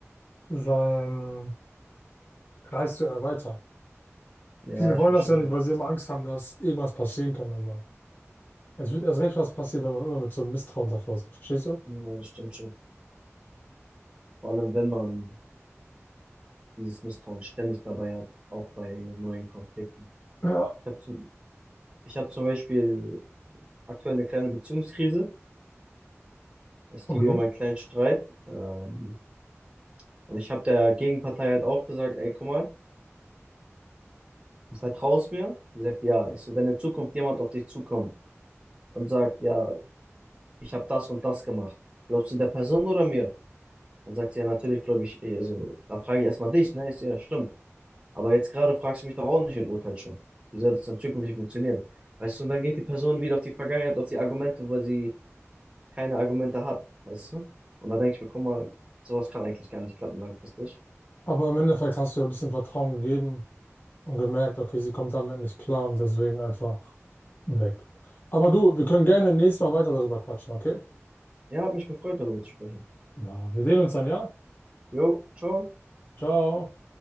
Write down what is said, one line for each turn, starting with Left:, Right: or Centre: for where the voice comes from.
Left: seinen Kreis zu erweitern.
Right: Ja,
Left: Viele
Right: ich
Left: wollen
Right: verstehe
Left: das ja
Right: schon.
Left: nicht, weil sie immer Angst haben, dass irgendwas passieren kann, aber es wird erst recht was passieren, wenn man immer mit so einem Misstrauen davor geht. Verstehst du?
Right: Ja, das stimmt schon. Vor allem, wenn man dieses Misstrauen ständig dabei hat, auch bei neuen Konflikten.
Left: Ja,
Right: Ich habe zum, ich hab zum Beispiel aktuell eine kleine Beziehungskrise. Es
Left: okay.
Right: ging um einen kleinen Streit. Ähm, und ich habe der Gegenpartei halt auch gesagt, ey, guck mal, du vertraust mir? Sie sagt, ja. Ich so, wenn in Zukunft jemand auf dich zukommt und sagt, ja, ich habe das und das gemacht, glaubst du der Person oder mir? Dann sagt sie, ja, natürlich glaube ich, eh, so, dann frage ich erstmal dich, ne? Ich so, ja, stimmt. Aber jetzt gerade fragst du mich doch auch nicht und urteilst schon. Wie soll das dann zukünftig funktionieren? Weißt du, und dann geht die Person wieder auf die Vergangenheit, auf die Argumente, weil sie keine Argumente hat, weißt du? Und da denke ich mir, guck mal, sowas kann eigentlich gar nicht klappen langfristig.
Left: Aber im Endeffekt hast du ja ein bisschen Vertrauen gegeben und gemerkt, okay, sie kommt damit nicht klar und deswegen einfach. Weg. Aber du, wir können gerne nächstes Mal weiter darüber quatschen, okay?
Right: Ja, hat mich gefreut, darüber zu sprechen.
Left: Ja, wir sehen uns dann, ja?
Right: Jo, ciao.
Left: Ciao.